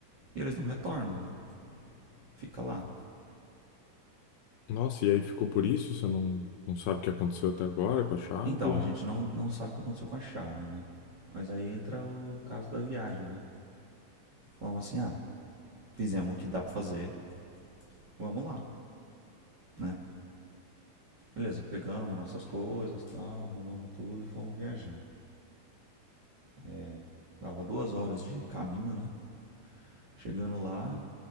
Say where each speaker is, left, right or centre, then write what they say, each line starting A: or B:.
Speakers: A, on the right; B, on the left.
A: E eles não retornam, né? Fica lá.
B: Nossa, e aí ficou por isso? Você não, não sabe o que aconteceu até agora com a chave?
A: Então, a gente não, não sabe o que aconteceu com a chave, né? Mas aí entra o caso da viagem, né? Falamos assim, ah, fizemos o que dá pra fazer, vamos lá, né? Beleza, pegamos nossas coisas, tal, arrumamos tudo e fomos viajar. É, dava duas horas de caminho, né? Chegando lá,